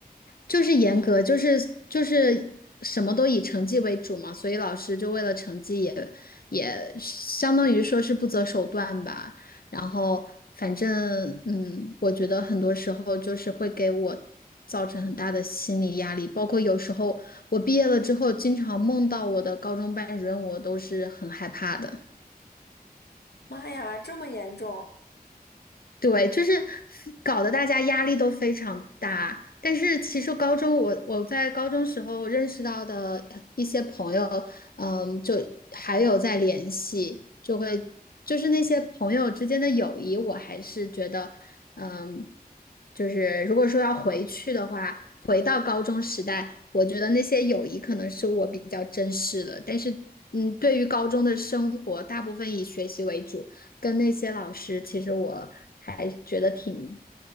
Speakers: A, on the left; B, on the left.
A: 就是严格，就是就是什么都以成绩为主嘛，所以老师就为了成绩也也相当于说是不择手段吧。然后反正嗯，我觉得很多时候就是会给我造成很大的心理压力，包括有时候我毕业了之后，经常梦到我的高中班主任，我都是很害怕的。
B: 妈呀，这么严重！
A: 对，就是搞得大家压力都非常大。但是其实高中我我在高中时候认识到的一些朋友，嗯，就还有在联系，就会就是那些朋友之间的友谊，我还是觉得，嗯，就是如果说要回去的话，回到高中时代，我觉得那些友谊可能是我比较珍视的。但是，嗯，对于高中的生活，大部分以学习为主。跟那些老师，其实我还觉得挺，